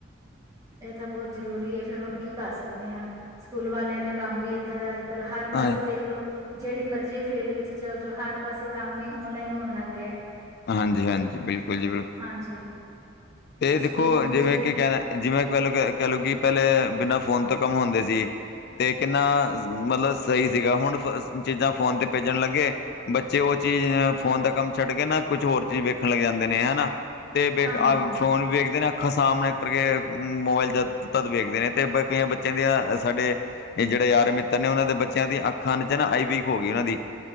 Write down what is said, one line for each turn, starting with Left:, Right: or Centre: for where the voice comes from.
Right: ਇਹ ਤਾਂ ਬਹੁਤ ਜ਼ਰੂਰੀ ਹੈ ਫੇਰ ਹੁਣ ਕੀ ਕਰ ਸਕਦੇ ਹਾਂ। ਸਕੂਲ ਵਾਲਿਆਂ ਨੇ ਕੰਮ ਵੀ ਏਦਾਂ ਦਾ ਅੱਜ ਕਲ ਹਰ
Left: ਹਾਂ
Right: ਪਾਸੇ ਦੇਖਲੋ ਜਿਹੜੀ ਮਰਜ਼ੀ ਫੀਲਡ ਵਿੱਚ ਚੱਲ ਜਾਓ, ਹਰ ਪਾਸੇ ਕੰਮ ਹੀ ਓਨਲਾਈਨ ਹੋਣ ਲੱਗ ਗਿਆ ਹੈ।
Left: ਹਾਂਜੀ ਹਾਂਜੀ। ਬਿਲਕੁਲ ਜੀ ਬਿਲਕੁਲ।
Right: ਹਾਂਜੀ।
Left: ਤੇ ਦੇਖੋ
Right: ਸਕੂਲ ਦੀ ਕੁਛ
Left: ਜਿਵੇਂ
Right: ਵੀ
Left: ਕਿ ਕਹਿਣਾ, ਜਿਵੇਂ ਪਹਿਲੋ ਕ-ਕਹਿ ਲਓ ਕਿ ਪਹਿਲੇ ਬਿਨਾਂ ਫੋਨ ਤੋਂ ਕੰਮ ਹੁੰਦੇ ਸੀ ਤੇ ਕਿੰਨਾ ਜ਼-ਮਤਲਬ ਸਹੀ ਸੀਗਾ ਹੁਣ ਫ-ਜ਼-ਚੀਜ਼ਾਂ ਫੋਨ ਤੇ ਭੇਜਣ ਲੱਗੇ ਬੱਚੇ ਉਹ ਚੀਜ਼ ਹ-ਫੋਨ ਦਾ ਕੰਮ ਛੱਡ ਕੇ ਨਾ, ਕੁਛ ਹੋਰ ਚੀਜ਼ ਵੇਖਣ ਲੱਗ ਜਾਂਦੇ ਨੇ। ਹਨਾ ਤੇ ਬੇ-ਕ-ਅ-ਵੇਖ
Right: ਹਾਂਜੀ
Left: ਫੋਨ ਵੇਖਦੇ ਨੇ, ਅੱਖਾਂ ਸਾਹਮਣੇ ਕਰਕੇ ਮੋਬਾਇਲ ਚ ਤਦ ਵੇਖਦੇ ਨੇ, ਤੇ ਬ-ਕਈਆਂ ਬੱਚਿਆਂ ਦੇ ਆਂ ਸਾਡੇ ਇਹ ਜਿਹੜੇ ਯਾਰ ਮਿੱਤਰ ਨੇ, ਉਹਨਾਂ ਦੇ ਬੱਚਿਆਂ ਦੀਆਂ ਅੱਖਾਂ ਨੇ ਚ ਨਾ ਆਈ ਵੀਕ ਹੋ ਗਈ ਉਹਨਾਂ ਦੀ।